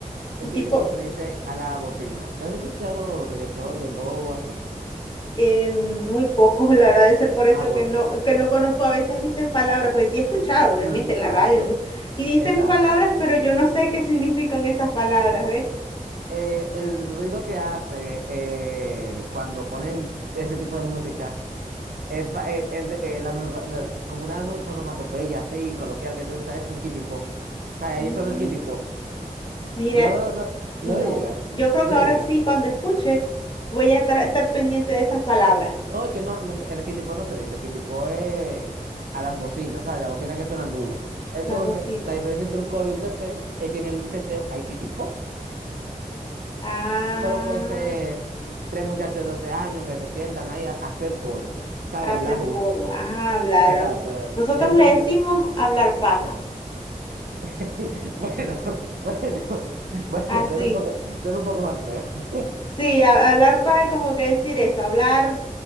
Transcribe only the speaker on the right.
Un
kitty
pop se le dice a la bocina. ¿Tú has escuchado reggaetón, dembow o así?
Ah, bueno,
sí,
exacto,
exacto.
Eh, el ruido que hace eh, cuando ponen ese tipo de música Es, ba- eh, es de- eh, la no- no- como una ono- onomatopeya así coloquial que se usa, es un kitipo. O sea, ahí
solo el kitipo.
No, no, no
le llegas.
No
le
llegas.
No, es que no, nunca, el kitipo no se dice. El kitipo es a las bocinas, ¿sabes? Las bocinas que suenan duro. Entonces,
la diferencia entre un coro y un teteo es que en el teteo hay kitipo.
Un coro puede ser tres muchachos de 12 años que se sientan ahí a, a hacer coro, ¿sabes?
Hablar juntos.
Exacto.
Entonces,
¿cómo? <laughs> Bueno, bueno, bueno,
suena un poco, suena un poco más feo.